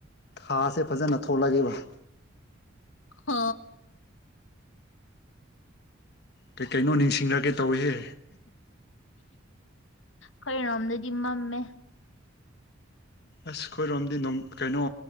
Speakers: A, on the left; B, on the left.
A: ꯊꯥꯁꯦ ꯐꯖꯅ ꯊꯣꯛꯂꯑꯦꯕ
B: ꯈꯥ
A: ꯀꯩ ꯀꯩꯅꯣ ꯅꯤꯡꯁꯤꯡꯂꯛꯀꯦ ꯇꯧꯏꯍꯦ
B: ꯈꯣꯏꯔꯣꯝꯗꯗꯤ ꯃꯝꯃꯦ
A: ꯑꯁ ꯈꯣꯏꯔꯣꯝꯗꯤ ꯅꯨꯃ ꯀꯩꯅꯣ